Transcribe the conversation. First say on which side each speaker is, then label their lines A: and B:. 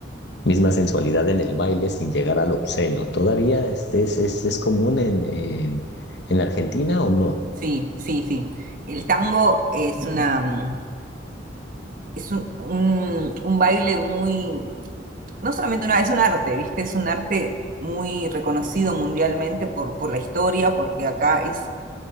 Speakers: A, on the left; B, on the right.
A: misma sensualidad en el baile sin llegar al obsceno. ¿Todavía es, es, es, es común en, en, en Argentina o no?
B: sí, sí, sí. El tango es una, mm, es un, un- un baile muy, no solamente una, es un arte, ¿viste? Es un arte muy reconocido mundialmente por, por la historia, porque acá es